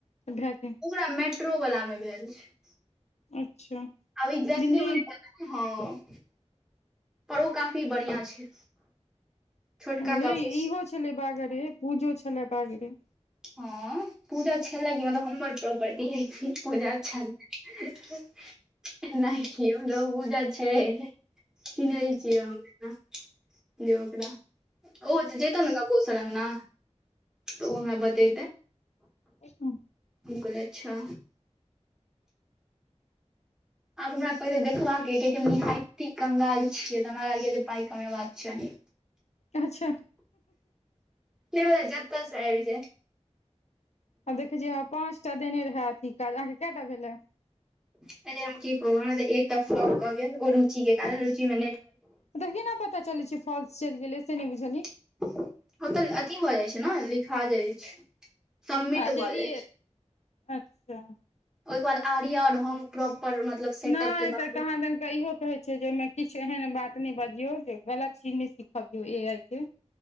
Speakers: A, on the left; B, in the centre.
A: भए गेल
B: ओकरा मेट्रो वालला मे भेल छै
A: अच्छा
B: आब एक्जेक्टली
A: दिल्ली
B: पता ह पर ओ काफी बढ़िया छै छोटका
A: नहि
B: काफी
A: इहो छलै बाग रे पूजो छलै बागरे
B: हँ पूजा छल क मतलब हमर प्रॉपर्टी ह बूजा छनि नहि पूजा छै कि चिन्हे छियै हम दकरा ओ जे तोन न कोस लगे ने तऽ ओन बतते
A: अच्छा
B: गकल अच्छा आब हमरा पहिले देखबाक य कि हम निहायी कंगाल छिये तऽ हमरा लाग या जे पााय कमेबाक चाही
A: अच्छा
B: ब जते आब जा
A: आब देखै छियै पाँच टा देने रहैथ ई काज अहाँके कटा भेलै
B: ते हम की कहब एक रुचि के रुचि में
A: तऽ केना पता चलै छै फॉल्स चलि
B: <unintelligible>
A: गेलै से नहि बुझलियै
B: ओ त अथी भ जाइत छै ने लिखा जाइत छै सबमिट
A: अ जे
B: भऽ जाइ
A: ई अच्छा
B: ओहिके बाद आर्या ओर हो प्रॉपर मतलब सेटअप
A: नहि
B: के
A: तऽ
B: बाद
A: त कहाँ दन क इहो कहै छै जे ओहिमे किछु एहन बात नहि बजियौ जे गलत चीज सिखाबियौ ए आइ के